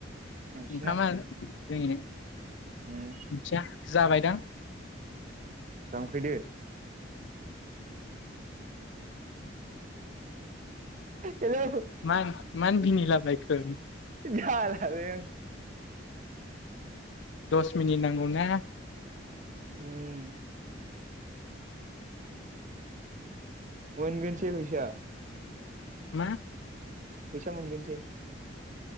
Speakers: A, on the right; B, on the left.
A: नोंसिना
B: ओंखामा <unintelligible> मिथिया
A: उम
B: जाबायदां
A: लांफैदो <inaudible> हेलौ
B: मान मानो बिनिला बायख खो
A: जालालै आं।
B: दस मिनिट नांगौ ना
A: उम। मोनगोनसै फैसा
B: मा?
A: फैसा मोनगोनसै?